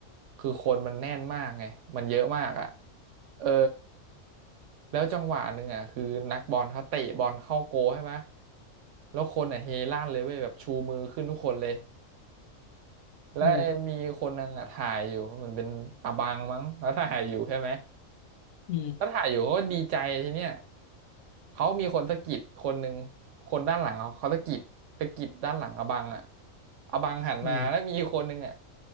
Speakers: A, on the right; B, on the left.
A: คือคนมันแน่นมากไงมันเยอะมากอ่ะเออแล้วจังหวะหนึ่งอ่ะคือนักบอลเขาเตะบอลเข้าโกลใช่ไหมแล้วคนอ่ะเฮลั่นเลยเว้ยแบบชูมือขึ้นทุกคนเลยแล้วมีคนนึงอ่ะถ่ายอยู่มันเป็นอบังมั้งแล้วถ่ายอยู่ใช่ไหม
B: อืมอืม
A: ก็ถ่ายอยู่เขาก็ดีใจทีเนี้ยเขามีคนสะกิดคนหนึ่งคนด้านหลังเขาเขาสะกิดสะกิดด้านหลังอบังอ่ะอบังหันมาแล้วมีคนหนึ่งอ่ะ
B: อืม